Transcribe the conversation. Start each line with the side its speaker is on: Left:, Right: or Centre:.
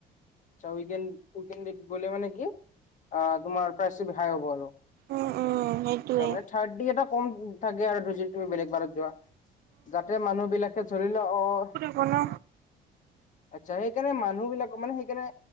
Left: উইকেণ্ড উইকেন দেত মানে কি, অহ তোমাৰ প্ৰাইচটো হাই হ'ব আৰু।
Right: উম উম সেইটোৱে
Left: আচ্ছা মানে থাৰ্ডতি এটা কম থাকে আৰু যদি তুমি বেলেগ বাৰত যোৱা। যাতে মানুহবিলাকে ধৰিলোৱা অহ।
Right: কোনো।
Left: আচ্ছা সেইকাৰণে মানুহবিলাক মানে সেইকাৰণে